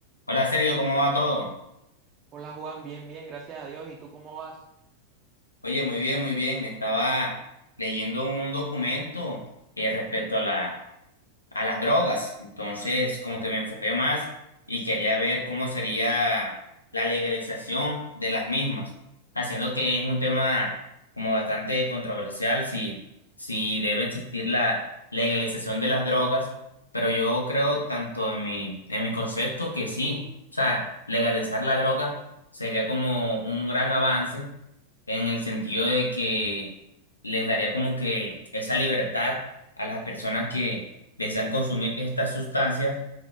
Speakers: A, on the left (about 80°); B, on the right (about 30°).
A: Hola Sergio, ¿cómo va todo?
B: Hola Juan, bien, bien, gracias a Dios. ¿Y tú cómo vas?
A: Oye, muy bien, muy bien. Estaba leyendo un documento eh, respecto a la, a las drogas. Entonces, como que me enfoqué más y quería ver cómo sería la legalización de las mismas, haciendo que es un tema como bastante controversial si, si debe existir la legalización de las drogas, pero yo creo tanto en mi, en mi concepto que sí, o sea, legalizar la droga sería como un gran avance en el sentido de que les daría como que esa libertad a las personas que desean consumir estas sustancias